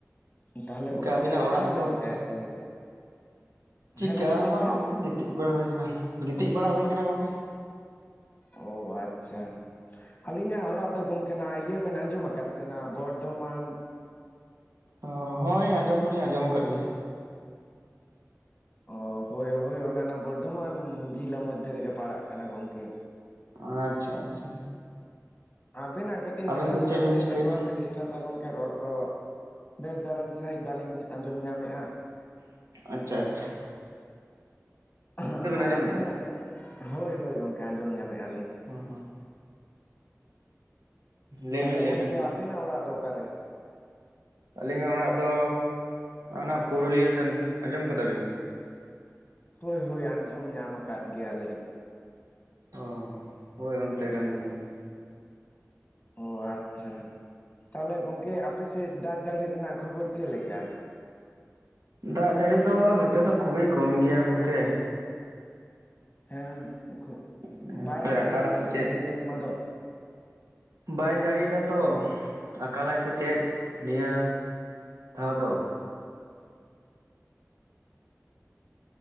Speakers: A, on the left; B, on the right.
A: ᱛᱟᱦᱚᱞᱮ
B: ᱜᱚᱝᱠᱮ ᱟᱹᱵᱤᱱᱟᱜ ᱚᱲᱟᱜ
A: ᱪᱮᱫ
B: ᱫᱚ
A: ᱵᱮᱱ
B: ᱚᱠᱟ
A: ᱪᱮᱠᱟᱭᱮᱫ
B: ᱨᱮ?
A: ᱛᱮ ᱱᱤᱛᱚᱜ
B: ᱪᱤᱠᱟ
A: ᱦᱮᱸ ᱜᱚᱝᱠᱮ
B: ᱦᱚᱸ
A: ᱞᱟᱹᱭ
B: ᱵᱟᱝ
A: ᱵᱤᱱ
B: ᱱᱚᱱᱰ ᱜᱤᱛᱤᱡ ᱵᱟᱲᱟ ᱦᱩᱭ ᱠᱟᱱᱟ, ᱜᱤᱛᱤᱡ ᱵᱟᱲᱟ ᱦᱩᱭ ᱠᱟᱱᱟ ᱜᱚᱝᱠᱮ᱾
A: ᱳ ᱟᱪᱪᱷᱟ, ᱟᱹᱞᱤᱧᱟᱜ ᱚᱲᱟᱜ ᱫᱚ ᱜᱚᱝᱠᱮ ᱱᱟᱼ ᱟᱭ ᱤᱭᱟᱹ ᱵᱮᱱ ᱟᱸᱡᱚᱢᱟ ᱠᱟᱫ ᱛᱮ ᱱᱟᱜ ᱱᱟ ᱵᱚᱨᱫᱷᱚᱢᱟᱱ
B: ᱦᱚᱸ ᱦᱳᱭ ᱟᱸᱡᱚᱢ ᱫᱚ ᱞᱤᱧ ᱟᱸᱡᱚᱢ ᱟᱠᱟᱫ ᱜᱮᱭᱟ᱾
A: ᱚᱸ ᱦᱳᱭ ᱦᱳᱭ ᱚᱱᱟ ᱚᱱᱟ ᱵᱚᱨᱫᱷᱚᱢᱟᱱ ᱡᱤᱞᱟ ᱢᱚᱫᱽᱫᱷᱮ ᱨᱮᱜᱮ ᱯᱟᱲᱟᱜ ᱠᱟᱱᱟ ᱜᱚᱝᱠᱮ
B: ᱟᱪᱪᱷᱟ ᱟᱪᱪᱷᱟ
A: ᱟᱵᱤᱱᱟᱜ ᱠᱟᱹᱴᱤᱡ
B: ᱟᱵᱮᱱ
A: ᱱᱟᱥᱮ
B: ᱫᱚ
A: ᱫᱷᱟᱨᱟ
B: ᱪᱮᱫ ᱵᱮᱱ
A: ᱡᱟᱹᱱᱤᱡ
B: ᱪᱤᱠᱟᱹᱭᱮᱫᱟ
A: ᱱᱮᱴᱣᱟᱨᱠ ᱮ ᱰᱤᱥ ᱠᱟᱱ ᱫᱟ ᱜᱚᱝᱠᱮ ᱨᱚᱲ ᱠᱚ ᱵᱮᱥ ᱫᱷᱟᱨᱟᱱ ᱥᱟᱺᱦᱤᱡ ᱵᱟᱹᱞᱤᱧ ᱟᱸᱡᱚᱢ ᱧᱟᱢᱮᱫᱼᱟ
B: ᱟᱪᱪᱷᱟ ᱼ ᱟᱪᱪᱷᱟᱼᱼ
A: ᱦᱮᱸ ᱟᱨ
B: ᱟᱸᱡᱚᱢ
A: ᱟᱵᱤᱱᱟᱜ
B: ᱮᱫᱟ
A: ᱦᱳᱭ ᱦᱳᱭ ᱜᱚᱝᱠᱮ ᱟᱸᱡᱚᱢ ᱧᱟᱢᱮᱫ ᱟᱞᱤᱧ᱾
B: ᱦᱚᱸ ᱦᱚᱸ, ᱞᱟᱹᱭ
A: ᱛᱷᱟᱞᱮ
B: ᱵᱮᱱ ᱞᱟᱹᱭ
A: ᱜᱚᱝᱠᱮ
B: ᱵᱮᱱ
A: ᱟᱵᱤᱱᱟᱜ ᱚᱲᱟᱜ ᱫᱚ ᱚᱠᱟ ᱨᱮ?
B: ᱟᱹᱞᱤᱧᱟᱜ ᱚᱲᱟᱜ ᱫᱚ ᱚᱱᱟ ᱯᱩᱨᱩᱞᱤᱭᱟᱹ ᱥᱮᱱ, ᱟᱸᱡᱚᱢ ᱠᱟᱫᱟ ᱵᱤᱱ?
A: ᱦᱳᱭ ᱦᱳᱭ ᱟᱸᱡᱚᱢ ᱧᱟᱢ ᱟᱠᱟᱫ ᱜᱮᱭᱟ ᱞᱤᱧ
B: ᱚ ᱦᱳᱭ ᱚᱱᱛᱮ ᱠᱟᱱ ᱛᱟᱹᱞᱤᱧᱟ᱾
A: ᱳ ᱟᱪᱪᱷᱟ᱾ ᱛᱟᱦᱚᱞᱮ ᱜᱚᱝᱠᱮ ᱟᱯᱮᱥᱮᱫ ᱫᱟᱜ ᱡᱟᱹᱲᱤ ᱨᱮᱱᱟᱜ ᱠᱷᱚᱵᱚᱨ ᱪᱮᱫ ᱞᱮᱠᱟ?
B: ᱫᱟᱜ ᱡᱟᱹᱲᱤ ᱫᱚ ᱱᱚᱛᱮ ᱫᱚ ᱠᱷᱩᱵ ᱮ ᱠᱚᱢ ᱜᱮᱭᱟ ᱜᱚᱝᱠᱮ
A: ᱦᱮᱸ ᱠᱷᱩᱵ
B: ᱱᱮᱥ
A: ᱵᱟᱭ
B: ᱫᱚᱭ ᱟᱠᱟᱞᱟ
A: ᱫᱟᱲᱮ ᱠᱟᱫ
B: ᱥᱮ ᱪᱮᱫ
A: ᱯᱮᱭᱟ ᱱᱤᱭᱟᱹ ᱥᱮᱨᱢᱟ ᱫᱚ
B: ᱵᱟᱭ ᱡᱟᱹᱲᱤᱭ ᱫᱟ ᱛᱚ ᱟᱠᱟᱞ ᱟᱭ ᱥᱮ ᱪᱮᱫ ᱱᱤᱭᱟ ᱫᱷᱟᱣ ᱫᱚ᱾